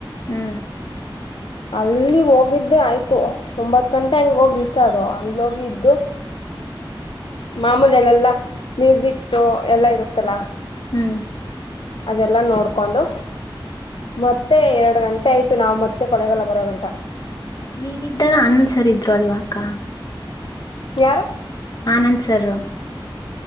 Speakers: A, on the left; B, on the left.
A: ಹ್ಮ್.
B: ಅಲ್ಲಿ ಹೋಗಿದ್ದೆ ಆಯ್ತು ಒಂಬತ್ ಗಂಟೆ ಹಂಗ ಹೋಗಿ ರೀಚ್ ಆದೊ ಅಲ್ಲಿ ಹೋಗಿ ಇದ್ದು. ಮಾಮೂಲಿಲ್ಲೆಲ್ಲಾ ಮ್ಯೂಸಿಕ್ದು ಎಲ್ಲಾ ಇರುತ್ತಲ್ಲ.
A: ಹ್ಮ್.
B: ಅದೆಲ್ಲ ನೋಡ್ಕೊಂದು ಮತ್ತೆ ಎರಡು ಗಂಟೆ ಆಯತ ಮತ್ತು ನಾವು ಮತ್ತೆ ಕೊಳಗಲ್ಲ ಬರೋ ಗಂಟ.
A: ನೀವಿದ್ದಾಗ ಆನಂದ್ ಸರ್ ಇದ್ರು ಅಲ್ವಾ ಅಕ್ಕ.
B: ಯಾರು,
A: ಆನಂದ್ ಸರ್.